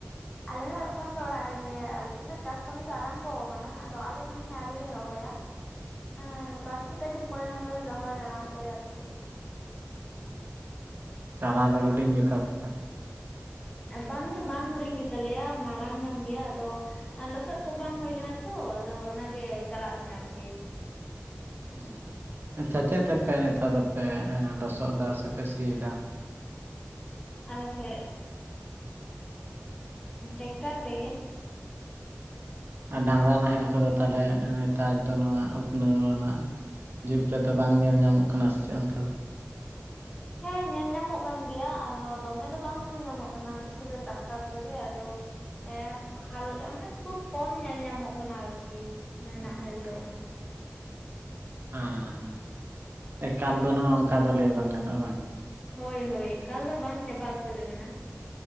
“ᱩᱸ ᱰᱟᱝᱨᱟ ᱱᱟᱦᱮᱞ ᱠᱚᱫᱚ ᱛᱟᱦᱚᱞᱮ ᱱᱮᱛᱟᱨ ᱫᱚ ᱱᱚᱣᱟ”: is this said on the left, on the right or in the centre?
Right